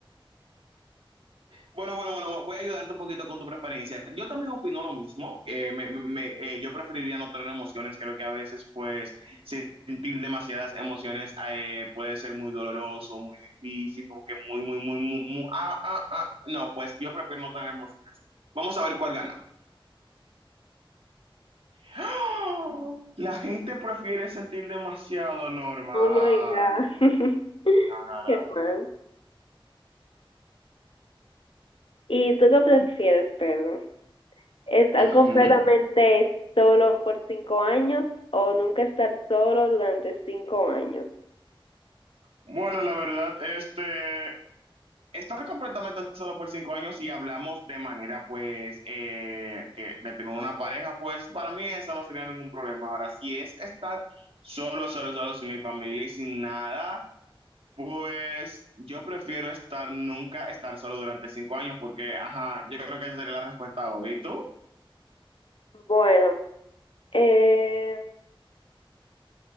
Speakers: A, on the right; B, on the left.
A: Bueno, bueno, bueno, voy a ayudarte un poquito con tu preferencia. Yo también opino lo mismo. Eh, me, me, eh, yo preferiría no tener emociones. Creo que a veces, pues, sentir demasiadas emociones eh, puede ser muy doloroso, muy difícil, como que muy, muy, muy, muy, muy ah, ah, ah. No, pues yo prefiero no tener emociones. Vamos a ver cuál ganó. ¡Ah! La gente prefiere sentir demasiado, Norma.
B: oh my God,
A: Ay,
B: <laughs>
A: no, no, no.
B: qué mal. ¿Y tú qué prefieres, Pedro? ¿Estar
A: Uh
B: completamente
A: -huh.
B: solo por cinco años o nunca estar solo durante cinco años?
A: Bueno, la verdad, este, estar completamente solo por cinco años y hablamos de manera, pues, eh, que de tener una pareja, pues, para mí eso no sería ningún problema. Ahora, si es estar solo, solo, solo, sin mi familia y sin nada, pues, yo prefiero estar nunca, estar solo durante cinco años, porque, ajá, yo creo que esa sería la respuesta obvia. ¿Y tú?
B: Bueno, eh,